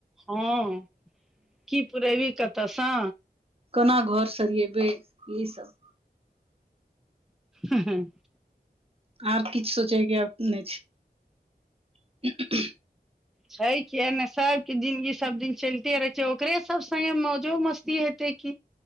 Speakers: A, in the centre; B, on the right.
A: हँ की पुरेबी कतऽसँ
B: केना घर सड़ियैबे ई सब
A: <unintelligible>
B: आब किछ सोचे के अपने छै <inaudible>
A: छै किया ने सबके जिनगी सब दिन चलिते रहे छै ओकरे सब सगे मौजो मस्त कि हेतै कि